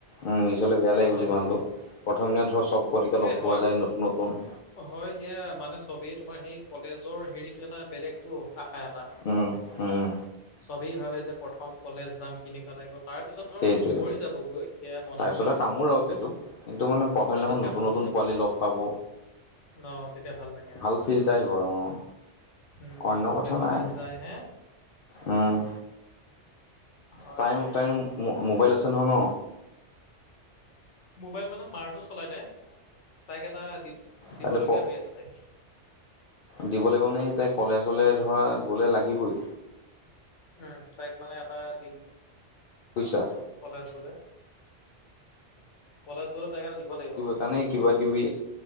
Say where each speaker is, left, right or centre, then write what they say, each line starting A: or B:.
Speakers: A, on the left; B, on the left.
A: উম, মিছ বেয়া লাগিব
B: ভাল
A: যিমান হলেওঁ
B: ভাল লাগিব
A: প্ৰথম দিনা ধৰ চব পোৱালিকে লগ
B: এ হয়
A: পোৱা যায় নতুন নতুন।
B: হয় দিয়া মানে চবেই তোমাৰ সেই কলেজৰ হেৰিটো এটা বেলেগটো আশা এটা।
A: উম। উম
B: চবেই ভাবে যে প্ৰথম কলেজ যাম কেনেকুৱা লাগিব তাৰ পিছত ধৰ
A: সেইটোৱে
B: মৰি যাবগৈ সেয়া মনৰ
A: তাৰপিছতে
B: ভাৱ।
A: কামোৰ আৰু সেইটো কিন্তু মানে প্ৰধান
B: তাৰপিছত
A: দিনাখন
B: কামৰ
A: নতুন নতুন
B: হৈ যাবগৈ
A: পোৱালি লগ- পাব,
B: ন তেতিয়া লাগে আৰু
A: ভাল ফিল্ট আহিব আৰু অ।
B: উম,
A: অন্য
B: নতুনকে
A: কথা
B: কলেজ
A: নাই
B: যায় হে।
A: উম।
B: হয়
A: টাইম
B: দিয়া
A: টাইম মোবাইল আছে নহয় ন।
B: মোবাইল মানে মাৰটো চলাই তাই তাইক এটা দিব, দিবলগীয়া
A: তাতে ক
B: হৈ আছে তাইক।
A: দিব লাগিব মানে সিতেই কলেজলে ধৰা গ'লে ধৰা গ'লে লাগিবই।
B: উম, তাইক মানে এটা দিম।
A: বুইছা।
B: কলেজ গ'লে। কলেজ গ'লে তাই কাৰণে দিব লাগিব।
A: সেইকাৰণে কিবাকিবি